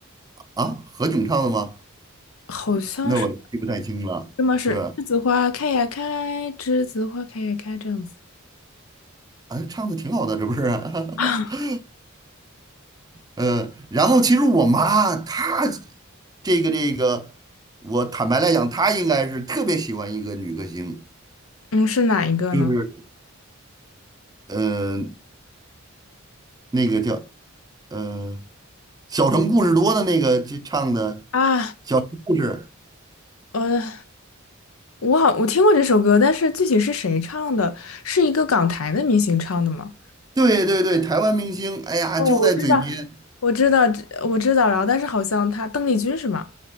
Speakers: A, on the right; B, on the left.
A: 啊。何炅唱的吗？
B: 好像是。
A: 那我记不太清了。
B: 对吗？是栀子花开呀开，
A: 是，
B: 栀子花开呀开这样子
A: 啊，唱的挺好的，这不是？<laughs>
B: 啊？
A: 呃，然后其实我妈她这个这个，我坦白来讲，她应该是特别喜欢一个女歌星，
B: 嗯，是哪一个呢？
A: 就是呃那个叫呃《小城故事多》的那个就唱的
B: 啊，
A: 《小城故事》。
B: 呃，我好，我听过这首歌，但是具体是谁唱的？是一个港台的明星唱的吗？
A: 对对对，台湾明星，哎呀，
B: 哦，
A: 就在嘴边
B: 我知道，我知道，我知道，然后但是好像他邓丽君是吗？